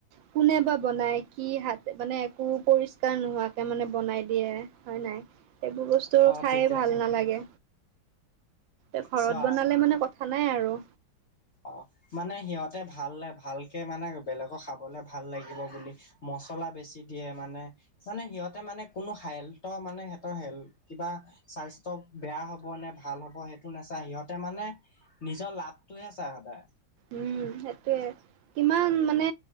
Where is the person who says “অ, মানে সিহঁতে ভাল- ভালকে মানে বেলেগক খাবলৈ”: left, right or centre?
Left